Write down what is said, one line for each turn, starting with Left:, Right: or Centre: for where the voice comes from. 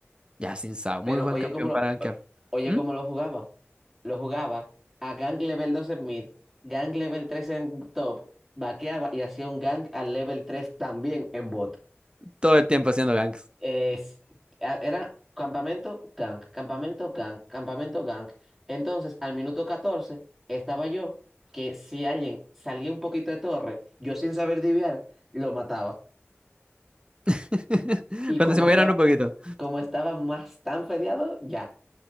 Right: Ya, sin Sao.
Centre: Pero
Right: Muy buen
Centre: oye
Right: campeón
Centre: cómo lo,
Right: para gankear.
Centre: o- oye
Right: ¿Mm?
Centre: cómo lo jugaba. Lo jugaba a Gang Level 2 en mid, Gang Level 3 en top, vaqueaba y hacía un Gang al Level 3 también en bot.
Right: Todo el tiempo haciendo ganks.
Centre: Es, a- era campamento gang, campamento gang, campamento gang. Entonces, al minuto 14 estaba yo que si alguien salía un poquito de torre, yo sin saber diviar, lo mataba.
Right: <laughs>
Centre: Y
Right: Cuando
Centre: como
Right: se movieran
Centre: estaba,
Right: un poquito.
Centre: como estaba más tan fedeado, ya.